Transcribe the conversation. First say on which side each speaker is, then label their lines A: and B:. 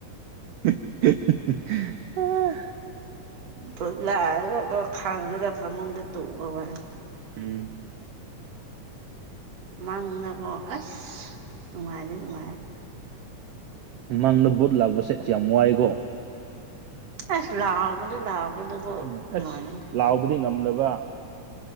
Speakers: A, on the right; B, on the right.
A: <unintelligible> ꯑꯦ
B: ꯚꯨꯠ ꯂꯥꯛꯑꯒꯀꯣ ꯈꯥꯡꯔꯒ ꯐꯃꯨꯡꯗ ꯇꯨꯝꯕ ꯋꯥꯅꯦ
A: ꯎꯝ
B: ꯃꯪꯅꯀꯣ ꯑꯁ ꯅꯨꯡꯉꯥꯏꯗꯤ ꯅꯨꯡꯉꯥꯏꯔꯦ
A: ꯃꯡꯗ ꯚꯨꯠ ꯂꯥꯛꯄꯁꯦ ꯑꯁ ꯌꯥꯝ ꯋꯥꯏꯀꯣ
B: ꯑꯁ ꯂꯥꯎꯕꯗꯨ ꯂꯥꯎꯕꯗꯨꯀꯣ
A: ꯎꯝ ꯑꯁ
B: ꯂꯣꯏꯔꯦꯅꯦ
A: ꯂꯥꯎꯕꯗꯤ ꯉꯝꯗꯕ